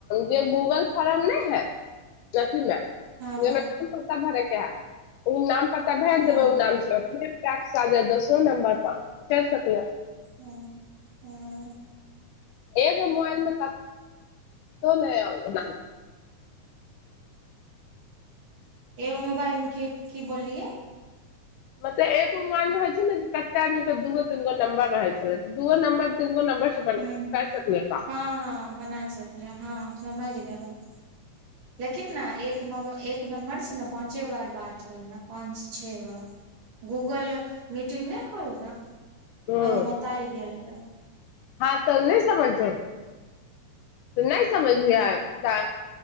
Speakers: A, on the left (about 80°); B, on the right (about 85°).
A: जे गूगल फोर्म नहि हय अथिमे
B: हँ
A: काम पता भर ओ नाम पता भए
B: हँ
A: देबै ओ नामसँ पर दोसरो नंबर पर च सकलिय
B: हँ हँ
A: एगो मोबाइल मे नहि
B: ए गो मोबाइल में की बोलियए
A: मतलब एको मोबाइल मे होइ छै ने कते आदमीे दूगो तीन गो नंबर रहै छलै दूो नंबर तीनगो नंबर कर
B: हूँ
A: सकल क
B: हँ हँ बनाय सकले हँ समझ गेलौ लेकिन ने एक एक नम्बरसँ ने पाँचे बार बात होइ हा पाँचसँ छओ बार गूगल मीटिंग नहि होल ग
A: हूँ
B: ओहिमे बतायल गेल रह
A: हँ त नहि समझजो तऽ नहि समझ नहिता